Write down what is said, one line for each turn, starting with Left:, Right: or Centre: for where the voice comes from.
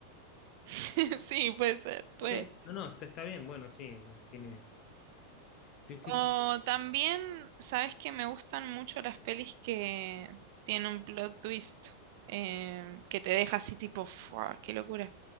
Right: <laughs> sí, puede ser, re.
Left: Ok, no, no, está, está bien, bueno, sí, tiene. estoy- estoy
Right: O
Left: pens-
Right: también, sabes que me gustan mucho las pelis que tienen un plot twist eh, que te deja así tipo, ¡fua! ¡Qué locura!